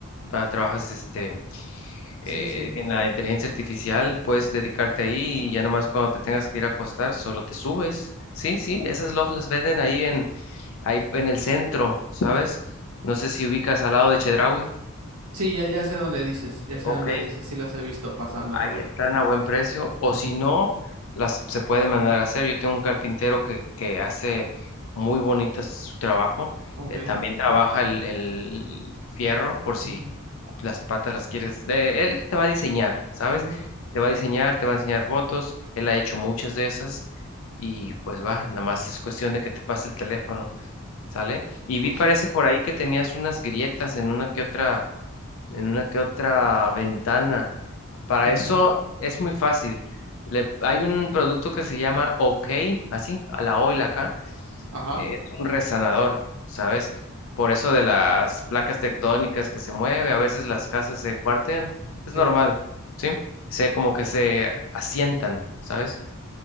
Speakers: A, on the left; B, on the right.
A: ah, trabajas este eh,
B: Sí, sí.
A: en la inteligencia artificial puedes dedicarte ahí y ya nomás cuando te tengas que ir a acostar, solo te subes. Sí, sí, esas lofts las venden ahí en, ahí en el centro, ¿sabes?
B: Ujú.
A: No sé si ubicas al lado de Chedraui.
B: Sí, ya, ya sé dónde dices, ya sé
A: Ok,
B: dónde dices, sí las he visto pasando
A: ahí
B: por ahí.
A: están a buen precio. O
B: Ujú,
A: si no, las se puede mandar a hacer. Yo tengo un carpintero que, que hace muy bonitas su trabajo.
B: Ok.
A: Eh, también trabaja el, el fierro por si
B: ujú,
A: las patas las quieres, eh, él te va a diseñar, ¿sabes?
B: ujú,
A: Te va a diseñar, te va a enseñar fotos, él ha hecho muchas de esas y pues va, nada más es cuestión de que te pase el teléfono, ¿sale? Y
B: Pues
A: vi parece
B: sí.
A: por ahí que tenías unas grietas en una que otra, en una que otra ventana. Para
B: ujú,
A: eso es muy fácil. Le- hay un producto que se llama OK, así, a la O y la K
B: Ajá.
A: es un resanador, ¿sabes? Por eso de las placas tectónicas que se mueve, a veces las casas se cuartean,
B: Sí.
A: es normal, ¿sí? Se, como que se asientan, ¿sabes?